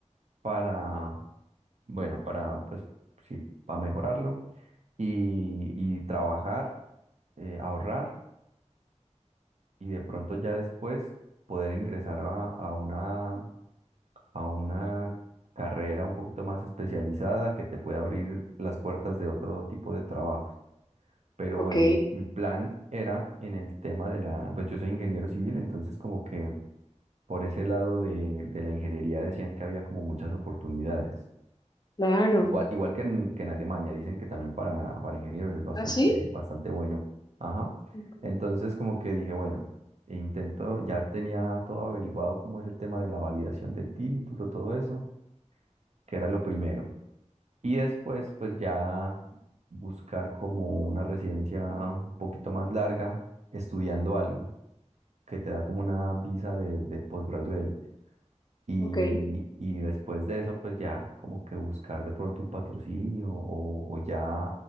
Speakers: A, on the right; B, on the left.
A: para, bueno, para, pues, sí, para mejorarlo y, y trabajar, eh, ahorrar y de pronto ya después poder ingresar a, a una, a una carrera un poquito más especializada que te pueda abrir las puertas de otro tipo de trabajos. Pero
B: Ok.
A: bueno, mi, mi plan era en el tema de la, pues yo soy ingeniero civil, entonces como que por ese lado de, de la ingeniería decían que había como muchas oportunidades.
B: Claro.
A: Igual, igual que en, que en Alemania, dicen que también para, para ingenieros es bastante,
B: ¿Ah, sí?
A: bastante bueno. Ajá.
B: Ok.
A: Entonces como que dije, bueno, e intento, ya tenía todo averiguado cómo es el tema de la validación del título, todo eso, que era lo primero. Y después, pues ya buscar como una residencia un poquito más larga, estudiando algo que te da como una visa de, de postgraduate. Y,
B: ok.
A: y después de eso, pues ya como que buscar de pronto un patrocinio o, o ya